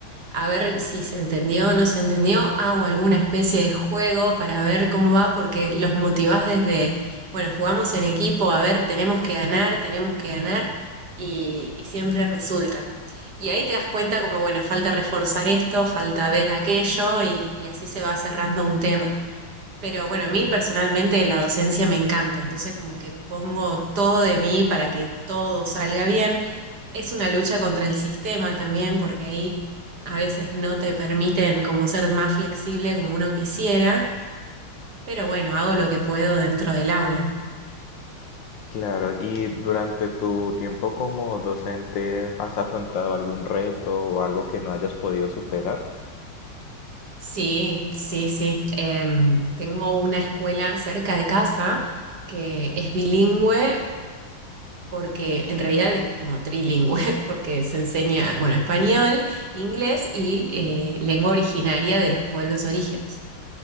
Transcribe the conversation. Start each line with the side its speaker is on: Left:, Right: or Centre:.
Right: a ver si se entendió o no se entendió, hago alguna especie de juego para ver cómo va, porque los motivás desde, bueno, jugamos en equipo, a ver, tenemos que ganar, tenemos que ganar, y, y siempre resulta. Y ahí te das cuenta como, bueno, falta reforzar esto, falta ver aquello, y, y así se va cerrando un tema. Pero bueno, a mí personalmente la docencia me encanta, entonces como que pongo todo de mí para que todo salga bien. Es una lucha contra el sistema también, porque ahí a veces no te permiten como ser más flexible como uno quisiera, pero bueno, hago lo que puedo dentro del aula.
Left: Claro, y durante tu tiempo como docente, ¿has afrontado algún reto o algo que no hayas podido superar?
Right: Sí, sí, sí. Em, tengo una escuela cerca de casa que es bilingüe, porque en realidad es como trilingüe, <laughs> porque se enseña, bueno, español, inglés y eh, lengua originaria de los pueblos orígenes,